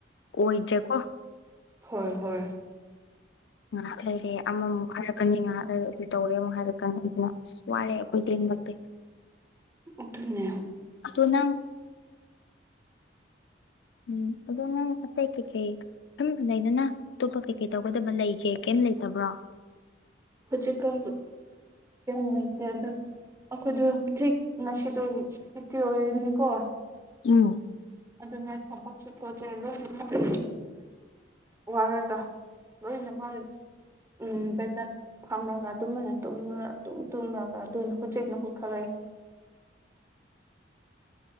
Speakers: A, on the left; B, on the right.
A: ꯑꯣ ꯏꯖꯀꯣ
B: ꯍꯣꯏ ꯍꯣꯏ
A: ꯉꯥꯏꯍꯥꯛ ꯂꯩꯔꯦ ꯑꯃꯃꯨꯛ ꯍꯥꯏꯜꯔꯛꯀꯅꯤ ꯉꯥꯏꯍꯥꯛ ꯂꯩꯔꯦ ꯑꯗꯨ ꯇꯧꯔꯦ ꯑꯃꯨꯛ ꯍꯥꯏꯔꯛꯀꯅꯤ ꯑꯗꯨꯅ ꯋꯥꯔꯦ ꯑꯩꯈꯣꯏ ꯇꯦꯟꯃꯛꯇꯤ
B: ꯑꯗꯨꯅꯦꯗꯤꯔꯦ
A: ꯑꯗꯣ ꯅꯪ ꯎꯝ ꯑꯗ ꯑꯇꯩꯇꯩ ꯆ ꯂꯩꯗꯅ ꯑꯇꯣꯞꯄ ꯀꯩ ꯀꯩ ꯇꯧꯒꯗꯕ ꯂꯩꯒꯦ ꯀꯩꯝ ꯂꯩꯇꯕ꯭ꯔꯣ
B: ꯍꯧꯖꯤꯛꯀꯥꯟ ꯝ ꯂꯩꯦ ꯑꯗꯨ ꯑꯩꯈꯣꯏꯗ ꯍꯧꯖꯤꯛ ꯉꯁꯤꯣ ꯍꯧꯛꯇꯤ ꯑꯣꯏꯔꯅꯤꯀꯣ
A: ꯎꯝ
B: ꯑꯗꯨꯅꯦ ꯊꯕꯛꯁꯨ ꯈꯣꯠꯠꯇꯦ ꯂꯣꯏꯔ ꯋꯥꯔꯒ ꯑꯅ ꯃꯥꯗꯤ ꯎꯝ ꯕꯦ ꯐꯝꯔꯒ ꯑꯗꯨꯃꯥꯏꯅ ꯇꯨꯝ ꯇꯨꯝꯂꯒ ꯑꯗꯨꯅ ꯍꯧꯖꯤꯛꯅ ꯍꯧꯨꯛ ꯈꯜꯂꯛꯏ
A: <unintelligible>